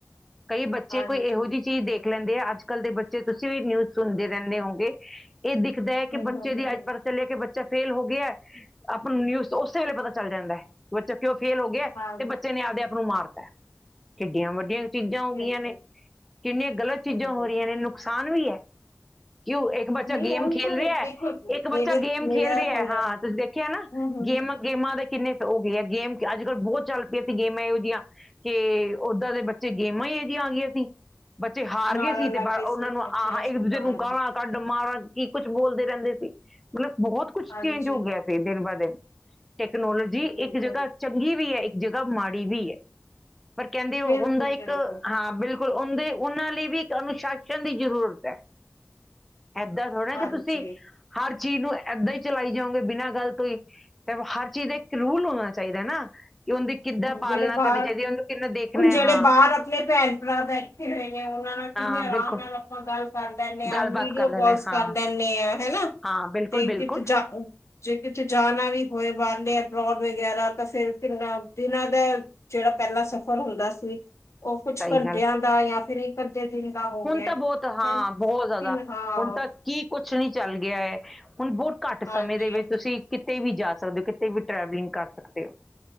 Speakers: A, in the centre; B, on the left.
A: ਕਈ ਬੱਚੇ
B: ਹਾਂਜੀ।
A: ਕੋਈ ਇਹੋ ਜਿਹੀ ਚੀਜ਼ ਦੇਖ ਲੈਂਦੇ ਆ, ਅੱਜ-ਕੱਲ੍ਹ ਦੇ ਬੱਚੇ ਤੁਸੀਂ ਵੀ ਨਿਊਜ਼ ਸੁਨਦੇ ਰਹਿੰਦੇ ਹੋਗੇ ਏ ਦਿਖਦਾ ਐ ਕਿ
B: ਹੂੰ-ਹੂੰ-ਹੂੰ,
A: ਬੱਚੇ ਦੀ <unintelligible> ਚੱਲਿਆ ਕਿ ਬੱਚਾ ਫੇਲ ਹੋ ਗਿਆ, ਆਪਾਂ ਨੂੰ ਨਿਊਜ਼ ਓਸੇ ਵੇਲੇ ਪਤਾ ਚੱਲ ਜਾਂਦਾ ਐ ਬੱਚਾ ਕਿਉਂ ਫੇਲ ਹੋ ਗਿਆ। ਗਯਾ
B: ਹਾਂਜੀ,
A: ਤੇ ਬੱਚੇ ਨੇ ਆਪਦੇ ਆਪ ਨੂੰ ਮਾਰਤਾ, ਕਿੱਡੀਆਂ ਵੱਡੀਆਂ ਚੀਜ਼ਾਂ ਹੋ
B: ਬਿਲਕੁਲ।
A: ਗਈਆਂ ਨੇ, ਕਿੰਨੀਆਂ ਗਲਤ ਚੀਜ਼ਾਂ
B: ਹਾਂਜੀ,
A: ਹੋ ਰਹੀਆਂ ਨੇ, ਨੁਕਸਾਨ ਵੀ ਐ ਕਿਉ ਇੱਕ ਇੱਕ ਬੱਚਾ
B: ਨਹੀਂ
A: ਗੇਮ
B: ਉਹੀ
A: ਖੇਲ
B: ਤਾਂ
A: ਰਿਹਾ,
B: ਦੇਖੋ
A: ਇੱਕ ਬੱਚਾ
B: ਮੇਰੇ
A: ਗੇਮ
B: ਮੇਰਾ
A: ਖੇਲ ਰਿਹਾ,
B: ਹੁਣ
A: ਹਾਂ ਤੁਸੀਂ ਦੇਖਿਆ ਨਾ
B: ਹੂੰ-ਹੂੰ-ਹੂੰ
A: ਗੇਮ ਗੇਮਾਂ ਦੇ ਕਿੰਨੇ ਹੋ ਗਏ ਐ, ਗੇਮ ਅੱਜ-ਕੱਲ੍ਹ ਬੋਤ ਚੱਲ ਪਈ ਗੇਮਾਂ ਇਹੋ ਜਿਹੀਆਂ। ਕੇ ਓਦਾਂ ਦੇ ਬੱਚੇ ਗੇਮਾਂ ਈ ਏਹੋ ਜਿਆਂ ਆ ਗਈਆਂ ਸੀ। ਬੱਚੇ ਹਾਰ
B: ਮਾਰਨ
A: ਗਏ ਸੀ ਤੇ
B: ਲੱਗ ਗਏ ਸੀ
A: ਉਹਨਾਂ ਨੂੰ
B: ਇਥੇ
A: ਆ
B: ਉਸ
A: ਇੱਕ
B: ਨੇ
A: ਦੂਜੇ
B: ਮਾਰੀ
A: ਨੂੰ ਗਾਲਾਂ। ਕੱਡ ਮਾਰਾ ਕੀ ਕੁੱਛ ਬੋਲਦੇ ਰਹਿੰਦੇ ਸੀ ਮਤਲਬ ਬਹੁਤ ਕੁੱਛ
B: ਹਾਂਜੀ
A: ਚੇਂਜ ਹੋ ਗਿਆ ਸੀ। ਦਿਨ ਬਾ ਦਿਨ ਟੈਕਨੋਲੋਜੀ
B: ਬਿਲਕੁਲ
A: ਇੱਕ ਜਗ੍ਹਾ ਚੰਗੀ ਵੀ ਹੈ, ਇੱਕ ਜਗ੍ਹਾ ਮਾੜੀ ਵੀ ਹੈ। ਪਰ ਕਹਿੰਦੇ ਉਹ
B: ਬਿਲਕੁਲ-ਬਿਲਕੁਲ
A: ਹੁੰਦਾ ਇੱਕ ਹਾਂ ਬਿਲਕੁਲ ਉਹਦੇ ਉਹਨਾਂ ਲਈ ਵੀ ਇੱਕ ਅਨੁਸ਼ਾਸਨ ਦੀ ਜ਼ਰੂਰਤ ਹੈ। ਇੱਦਾਂ ਥੋੜਾ
B: ਹਾਂਜੀ
A: ਕਿ ਤੁਸੀਂ ਹਰ ਚੀਜ਼ ਨੂੰ ਇੱਦਾਂ ਹੀ ਚਲਾਈ ਜਾਓਗੇ ਬਿਨਾਂ ਗੱਲ ਤੋਂ ਹੀ ਤੇ ਹਰ ਚੀਜ਼ ਦਾ ਇੱਕ ਰੂਲ ਹੋਣਾ ਚਾਹੀਦਾ ਨਾ ਕਿ ਉਹਦੀ ਕਿੱਦਾਂ
B: ਹੁਣ
A: ਪਾਲਣਾ
B: ਜਿਹੜੇ ਬਾਹਰ
A: ਕਰਨੀ ਚਾਹੀਦੀ ਹੈ, ਉਹਨੂੰ ਕਿੰਨਾ ਦੇਖਣਾ
B: ਹੁਣ ਜਿਹੜੇ
A: ਹੈ ਹਾਂ
B: ਬਾਹਰ ਆਪਣੇ ਭੈਣ ਭਰਾ ਬੈਠੇ ਹੋਏ ਨੇ ਉਹਨਾਂ ਨਾਲ ਕਿੰਨੇ
A: ਹਾਂ
B: ਆਰਾਮ
A: ਬਿਲਕੁਲ
B: ਨਾਲ ਆਪਾਂ ਗੱਲ ਕਰ ਲੈਨੇ ਆ
A: ਗੱਲਬਾਤ
B: ਵੀਡੀਓ
A: ਕਰ ਲੈਣਾ
B: ਕਾਲਸ
A: ਹੈ, ਹਾਂ
B: ਕਰ ਲੈਨੇ ਆ ਹੈ ਨਾ।
A: ਹਾਂ ਬਿਲਕੁਲ
B: ਤੇ ਕਿਤੇ
A: ਬਿਲਕੁਲ
B: ਜਾ ਜੇ ਕਿਤੇ ਜਾਣਾ ਵੀ ਹੋਏ ਬਾਹਰਲੇ ਅਪਰੋਡ ਵਗੈਰਾ ਤਾਂ ਫਿਰ ਕਿਨਾ ਦਿਨਾਂ ਦਾ ਜਿਹੜਾ ਪਹਿਲਾ ਸਫ਼ਰ ਹੁੰਦਾ ਸੀ ਉਹ ਕੁਛ
A: ਸਹੀ
B: ਘੰਟਿਆਂ
A: ਗੱਲ
B: ਦਾ ਜਾਂ ਫਿਰ ਇਕ ਘ ਤੇ ਦਿਨ ਦਾ ਹੋ
A: ਹੁਣ
B: ਗਿਆ
A: ਤਾਂ ਬਹੁਤ ਹਾਂ
B: ਹਾਂ
A: ਬਹੁਤ ਜ਼ਿਆਦਾ ਹੁਣ ਤਾਂ ਕੀ ਕੁਛ ਨੀ ਚੱਲ ਗਿਆ ਹੈ ਹੁਣ ਬਹੁਤ ਘੱਟ
B: ਹਾਂਜੀ
A: ਸਮੇਂ ਦੇ ਵਿੱਚ ਤੁਸੀਂ ਕਿਤੇ ਵੀ ਜਾ ਸਕਦੇ ਹੋ ਕਿਤੇ ਵੀ ਟਰੈਵਲਿੰਗ ਕਰ ਸਕਦੇ ਹੋ।